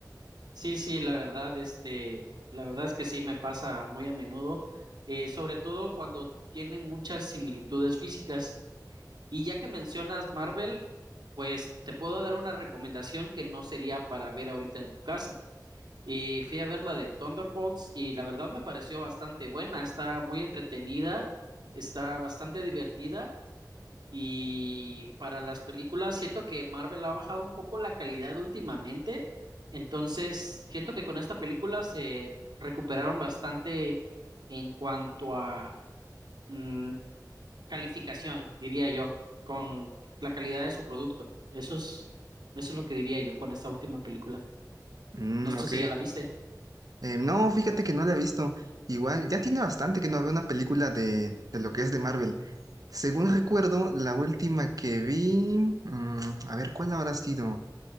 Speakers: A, on the right; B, on the right.
A: Sí, sí, la verdad, este, la verdad es que sí me pasa muy a menudo, eh, sobre todo cuando tienen muchas similitudes físicas. Y ya que mencionas Marvel, pues te puedo dar una recomendación que no sería para ver ahorita en tu casa. Y fui a ver la de Thunderbolts y la verdad me pareció bastante buena, está muy entretenida, está bastante divertida y para las películas, siento que Marvel ha bajado un poco la calidad últimamente. Entonces, siento que con esta película se recuperaron bastante en cuanto a mm, calificación, diría yo, con la calidad de su producto. Eso es, eso es lo que diría yo con esta última película.
B: Mm,
A: No sé
B: ok.
A: si ya la viste.
B: Eh, no, fíjate que no la he visto. Igual, ya tiene bastante que no veo una película de, de lo que es de Marvel. Según recuerdo, la última que vi, mm, a ver, ¿cuál habrá sido?